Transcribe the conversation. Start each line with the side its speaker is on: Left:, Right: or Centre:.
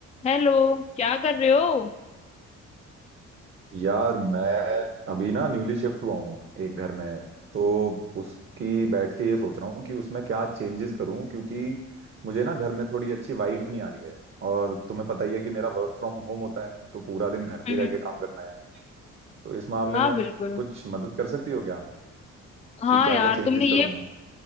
Left: Hello क्या कर रहे हो
Right: यार मैं अभी ना न्यूली शिफ्ट हुआ हूँ एक घर में तो उसकी बैठ के ये सोच रहा हूँ कि उसमें क्या चेंजेस करूँ क्योंकि मुझे ना घर में थोड़ी अच्छी वाइब नहीं आ रही है और तुम्हें पता ही है कि मेरा वर्क फ्रॉम होम होता है तो पूरा दिन घर पे
Left: हम्म
Right: ही रह के काम करना है तो इस मामले
Left: हाँ
Right: में
Left: बिल्कुल
Right: कुछ मदद कर सकती हो क्या
Left: हाँ
Right: कि क्या
Left: यार
Right: क्या चेंजेस
Left: तुमने ये
Right: करूँ मैं